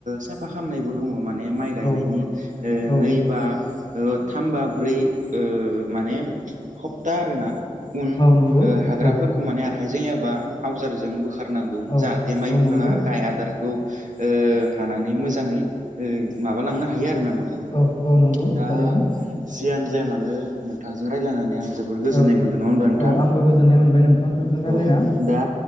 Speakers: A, on the right; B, on the left.
A: साफा खामनायबो दङ माने माइ गायनायनि
B: औ औ
A: नै बा थाम बा ब्रै ओ माने हप्ता आरोना उन
B: औ नंगौ
A: हाग्राफोरखौ
B: औ
A: माने हाइजें एबा आवजारजोंबो बोखारनांगौ
B: औ
A: जाहाथे माइ
B: औ
A: बिफाङा
B: नंगौ
A: गाय आदार खौ हानानै मोजाङै माबालांनो हायो आरोना नोंथां
B: औ औ नंगौ
A: दा
B: थारैनो
A: जियानो जाया मानो नों नोंथांजों रायज्लायनानै आं जोबोद गोजोननाय
B: औ
A: मोनदों नङा होनबा नोंथां
B: औ आंबो गोजोननाय मोनबाय नोंथांजों
A: औ
B: रायलायना
A: दा